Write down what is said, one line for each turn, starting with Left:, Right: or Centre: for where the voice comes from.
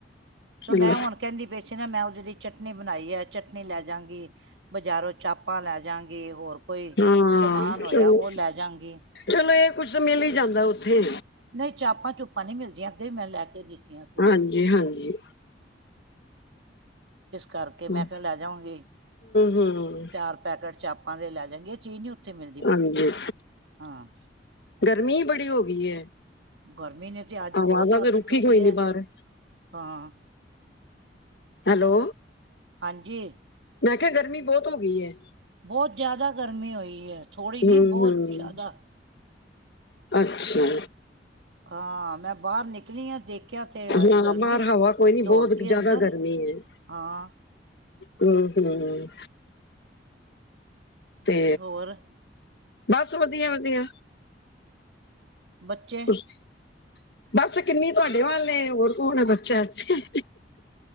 Right: ਤੇ
Left: ਚਲੋ
Right: ਮੈਂ ਹੁਣ ਕਹਿੰਦੀ ਪਈ ਸੀ ਨਾ ਮੈਂ ਉਹਦੇ ਦੀ ਚਟਨੀ ਬਣਾਈ ਹੈ। ਚ ਚਟਣੀ ਲੈ ਜਾ ਗੀ। ਬਾਜ਼ਾਰੋਂ ਚਾਪਾਂ ਲੈਜਾਗੀ। ਹੋਰ ਕੋਈ
Left: ਹਾਂ
Right: ਸਮਾਨ
Left: ਚਲੋ
Right: ਹੋਇਆ ਉਹ ਲੈ ਜਾਗੀ।
Left: ਚਲੋ, ਇਹ ਕੁੱਛ ਤਾਂ ਮਿਲ ਹੀ ਜਾਂਦਾ ਉੱਥੇ।
Right: ਨਹੀਂ, ਚਾਪਾਂ- ਚੁੱਪਾਂ ਨਹੀਂ ਮਿਲਦੀਆਂ। ਅੱਗੇ ਮੈਂ ਲੈ ਕੇ ਦਿੱਤੀਆਂ ਸੀ।
Left: ਹਾਂਜੀ -ਹਾਂਜੀ।
Right: ਇਸ ਕਰਕੇ ਮੈਂ
Left: ਹਮ
Right: ਕਿਹਾ ਲੈ ਜਾਊਗੀ।
Left: ਹਮ
Right: ਚਾਰ ਪੈਕਟ ਚਾਪਾਂ ਦੇ ਲੈ ਜਾਗੀ। ਇਹ ਚੀਜ਼ ਨੀ ਉੱਥੇ ਮਿਲਦੀ।
Left: ਹਾਂਜੀ
Right: ਹਾਂ।
Left: ਗਰਮੀ ਬੜੀ ਹੋ ਗਈ ਹੈ।
Right: ਗਰਮੀ ਨੇ ਤੇ ਅੱਜ ਬਹੁਤ
Left: ਆਵਾਜ਼ਾਂ
Right: ਤੱਤ
Left: ਤੇ ਰੁਕੀ
Right: ਚੁੱਕੀ
Left: ਕੋਈ ਨੀ
Right: ਹੈ।
Left: ਬਾਹਰ
Right: ਹਾਂ।
Left: ਹੈਲੋ,
Right: ਹਾਂਜੀ।
Left: ਮੈਂ ਕਿਹਾ, ਗਰਮੀ ਬਹੁਤ ਹੋ ਗਈ ਹੈ।
Right: ਬਹੁਤ ਜ਼ਿਆਦਾ ਗਰਮੀ ਹੋਈ ਹੈ ਥੋੜ੍ਹੀ ਨਹੀਂ
Left: ਹਮ
Right: ਬਹੁਤ
Left: ਹਮ
Right: ਜ਼ਿਆਦਾ।
Left: ਅੱਛਾ।
Right: ਹਾਂ, ਮੈਂ ਬਾਹਰ ਨਿਕਲੀ ਆ ਦੇਖਿਆ ਤੇ
Left: ਹਾਂ
Right: ਗਰਮੀ
Left: ਬਾਹਰ ਹਵਾ ਕੋਈ ਨੀ
Right: ਦੌੜ
Left: ਬਹੁਤ
Right: ਕੇ
Left: ਜ਼ਿਆਦਾ
Right: ਅੰਦਰ।
Left: ਗਰਮੀ ਹੈ
Right: ਹਾਂ।
Left: ਹਮ- ਹਮਮ ਤੇ,
Right: ਹੋਰ
Left: ਬਸ ਵਧੀਆ -ਵਧੀਆ।
Right: ਬੱਚੇ
Left: ਬਸ, ਗਿੰਨੀ ਤੁਹਾਡੇ ਵੱਲ ਨੇ, ਹੋਰ ਕੌਣ ਬੱਚਾ ਇੱਥੇ।